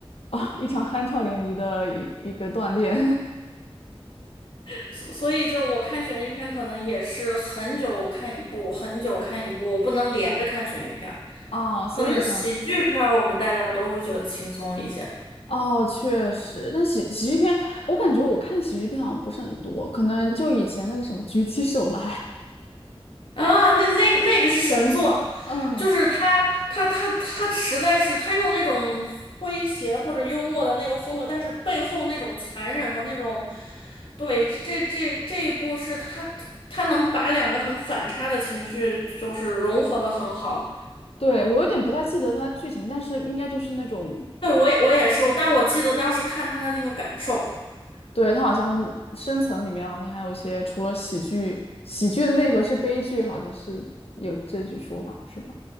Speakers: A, on the left; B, on the left.
A: 啊，一场酣畅淋漓的一一个锻炼
B: <laughs> 所所以就是我看悬疑片可能也是很久看一部，很久看一部，我不能连着看悬疑片儿。
A: <laughs> 啊，所以你想。
B: 可能喜剧片儿我们大家都会觉得轻松一些吧。
A: 哦，确实，但喜喜剧片，我感觉我看的喜剧片好像不是很多，可能就以前那个什么《举起手来》，
B: 啊，那那那个是神作，
A: <laughs> 嗯，
B: 就是他他他他实在是他用那种诙谐或者幽默的那个风格，但是背后那种残忍和那种，对，这这这这一部是他他能把两个很反差的情绪就是融合的很好。
A: 对，我有点不太记得它剧情，但是应该就是那种，
B: 对，我也我也是，但我记得当时看他的那个感受。
A: 对，它好像深层里面好像还有一些，除了喜剧，喜剧的内核是悲剧，好像是有这句说法，是吧？